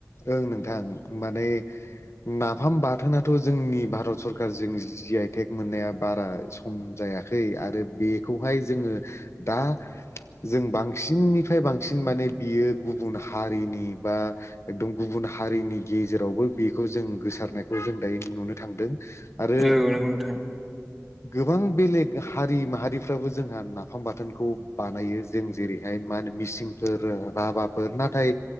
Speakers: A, on the left (about 55°); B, in the centre.
A: ओं नोंथां माने नाफाम बाथोनथ' जोंनि भारत सरकारजों जि आइ टेक मोननाया बारा सम जायाखै आरो बेखौहाय जोङो दा जों बांसिननिफ्राय बांसिन माने बियो गुबुन हारिनि बा एकदम गुबुन हारिनि गेजेरावबो बेखौ जों गोसारनायखौ जों दायो नुनो थांदों। आरो
B: औ नंगौ नोंथां
A: गोबां बेलेग हारि माहारिफ्राबो जोंहा नाफाम बाथोनखौ बानायो जों जेरैहाय मा होनो मिसिंफोर राभाफोर नाथाय